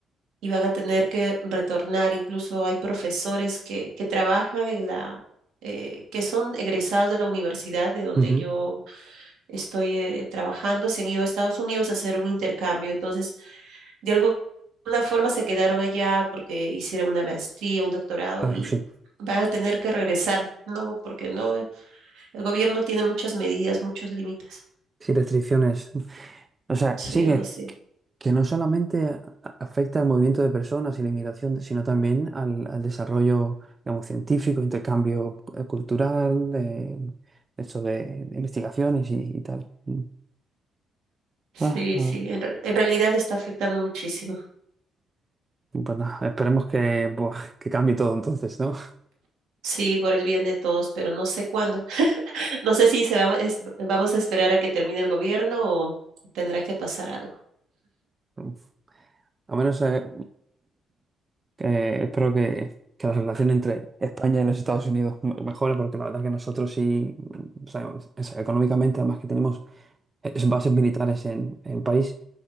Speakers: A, on the right (about 80°); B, on the right (about 25°).
A: y van a tener que retornar. Incluso hay profesores que, que trabajan en la, eh, que son egresados de la universidad de donde
B: Ujú,
A: yo estoy eh, trabajando, se han ido a Estados Unidos a hacer un intercambio. Entonces, de alguna forma se quedaron allá porque hicieron una maestría, un doctorado
B: Claro,
A: y
B: sí.
A: van a tener que regresar, ¿no? Porque no, eh, el gobierno tiene muchas medidas, muchos límites.
B: Sí, restricciones. O sea,
A: Sí,
B: sí
A: demasiado.
B: que, que no solamente a- afecta al movimiento de personas y la inmigración, sino también al, al desarrollo, digamos, científico, intercambio eh, cultural, eh, eso de, de investigaciones y, y tal. Mm.
A: Sí,
B: Ah, ah.
A: sí, en, re- en realidad está afectando muchísimo.
B: Pues nada, esperemos que, buah, que cambie todo entonces, ¿no?
A: Sí, por el bien de todos, pero no sé cuándo. No sé si se va- es- vamos a esperar a que termine el gobierno o tendrá que pasar algo.
B: <laughs> A menos eh, que espero que, que la relación entre España y los Estados Unidos me- mejore, porque la verdad que nosotros sí, o sea, o sea, económicamente, además que tenemos eh, bases militares en el país,